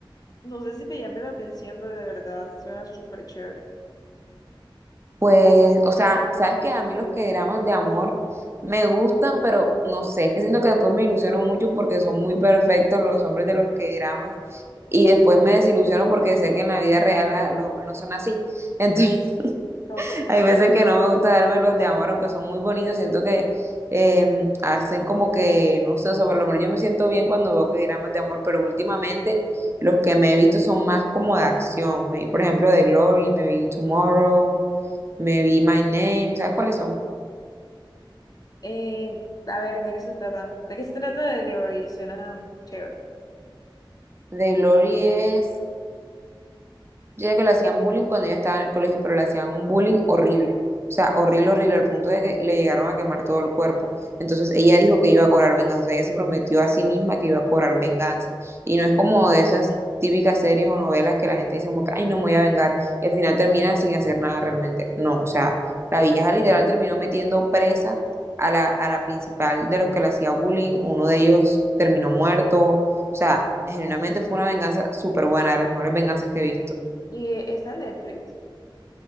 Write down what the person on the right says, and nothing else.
Pues, o sea, sabes que a mí los que dramas de amor me gustan, pero no sé, es que siento que después me ilusiono mucho porque son muy perfectos los hombres de los que dramas y después me desilusiono porque sé que en la vida real a- los hombres no son así. <laughs>
Hay veces que no me gusta darme los de amor, aunque son muy bonitos, siento que eh, hacen como que, no sé, o sea, por lo menos yo me siento bien cuando veo que dramas de amor, pero últimamente los que me he visto son más como de acción. Me vi, por ejemplo, The Glory, me vi Tomorrow, me vi My Name, ¿sabes cuáles son?
The Glory es Yo decía que le hacían bullying cuando ella estaba en el colegio, pero le hacían un bullying horrible. O sea, horrible, horrible, al punto de que le llegaron a quemar todo el cuerpo. Entonces ella dijo que iba a cobrar venganza. O sea, ella se prometió a sí misma que iba a cobrar venganza. Y no es como de esas típicas series o novelas que la gente dice como que, ay, no me voy a vengar. Y al final termina sin hacer nada realmente. No, o sea, la vieja literal terminó metiendo presa a la, a la principal de los que le hacía bullying. Uno de ellos terminó muerto. O sea, genuinamente fue una venganza súper buena, de las mejores venganzas que he visto